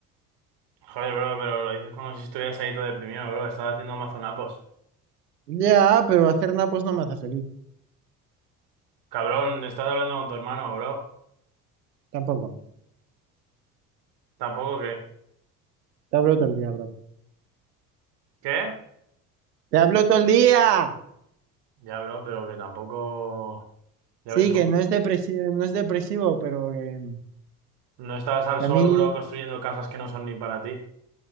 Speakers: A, on the right; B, on the right.
A: Joder, bro, pero lo dices como si estuvieras ahí todo deprimido, bro. Estás haciendo mazonapos.
B: Ya, pero hacer napos no me hace feliz.
A: Cabrón, estás hablando con tu hermano, bro.
B: Tampoco.
A: Tampoco que...
B: Te hablo todo el día, bro.
A: ¿Qué?
B: ¡Te hablo todo el día!
A: Ya, bro, pero que tampoco... Ya
B: Sí,
A: ves tú.
B: que no es depresivo, no es depresivo, pero que,
A: No estás al
B: que
A: sol,
B: a mí,
A: bro, construyendo casas que no son ni para ti.